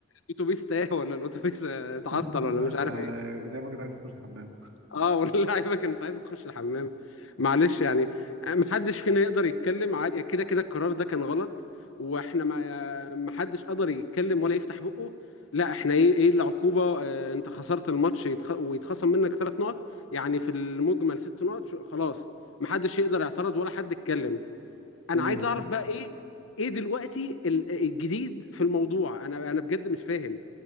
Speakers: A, on the left; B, on the right.
A: الاتوبيس تاه ولا الاتوبيس اتعطل
B: <laughs>
A: ولا
B: ال-
A: مش عارف ايه
B: اللعبه كانت عايزه تخش الحمام
A: اه واللعيبه كانت عايزه تخش الحمام معلش يعني محدش فينا يقدر يتكلم عادي كده كده القرار ده كان غلط واحنا ما محدش قدر يتكلم ولا يفتح بقه لا احنا ايه ايه العقوبه آه، انت خسرت الماتش يتخ... ويتخصم منك ثلاث نقط يعني في المجمل ست نقط شو- خلاص محدش يقدر يعترض ولا حد يتكلم انا
B: مم.
A: عايز اعرف بقى ايه ايه دلوقتي ال- الجديد في الموضوع انا انا بجد مش فاهم